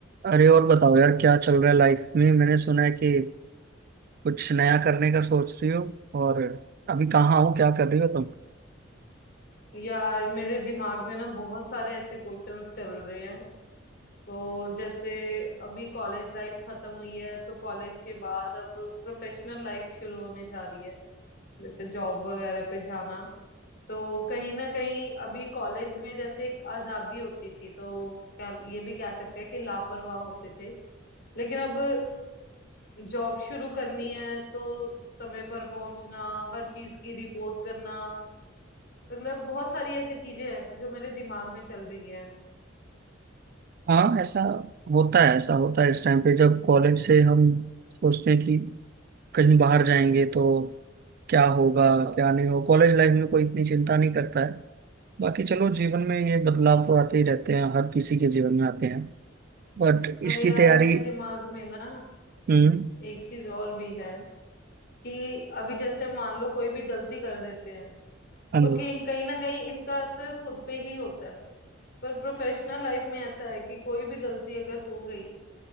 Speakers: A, on the right; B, on the left.
A: अरे और बताओ यार क्या चल रहा है लाइफ में मैंने सुना है कि कुछ नया करने का सोच रही हो और अभी कहाँ हो क्या कर रही हो तुम
B: यार मेरे दिमाग में ना बहुत सारे ऐसे क्वेश्चंस चल रहे हैं तो जैसे अभी कॉलेज लाइफ खत्म हुई है तो कॉलेज के बाद अब प्रोफेशनल लाइफ शुरू होने जा रही है जैसे जॉब वगैरह पे जाना तो कहीं ना कहीं अभी कॉलेज में जैसे एक आजादी होती थी तो क्या ये भी कह सकते हैं कि लापरवाह होते थे लेकिन अब जॉब शुरू करनी है तो समय पर पहुंचना हर चीज की रिपोर्ट करना मतलब बहुत सारी ऐसी चीजें हैं जो मेरे दिमाग में चल रही हैं
A: हाँ ऐसा होता है ऐसा होता है इस टाइम पे जब कॉलेज से हम सोचते हैं कि कहीं बाहर जाएंगे तो क्या होगा क्या नहीं हो कॉलेज लाइफ में कोई इतनी चिंता नहीं करता है बाकी चलो जीवन में ये बदलाव तो आते ही रहते हैं हर किसी के जीवन में आते हैं बट इसकी
B: अरे यार
A: तैयारी
B: मेरे दिमाग में ना
A: हम्म
B: एक चीज और भी है कि अभी जैसे मान लो कोई भी गलती कर देते हैं
A: हाँ
B: तो
A: जी
B: कहीं कहीं ना कहीं इसका असर खुद पे ही होता है पर प्रोफेशनल लाइफ में ऐसा है कि कोई भी गलती अगर हो गई